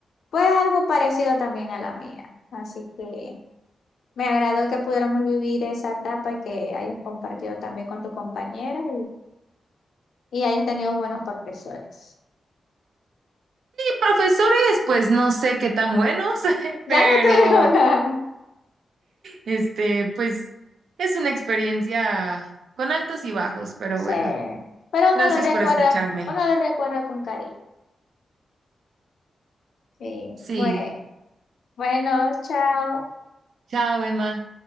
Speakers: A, on the left; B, on the right.
A: Fue algo parecido también a la mía. Así que me agradó que pudiéramos vivir esa etapa y que hayas compartido también con tus compañeros y, y hayas tenido buenos profesores.
B: Profesores, pues no sé qué tan buenos, <laughs>
A: Ya
B: pero
A: no te <laughs> ahora.
B: este, pues es una experiencia con altos y bajos, pero
A: Sí,
B: bueno,
A: pero
B: gracias
A: uno lo recuerda,
B: por escucharme.
A: uno lo recuerda con cariño. Sí,
B: Sí,
A: bueno. Bueno, chao.
B: chao, Emma.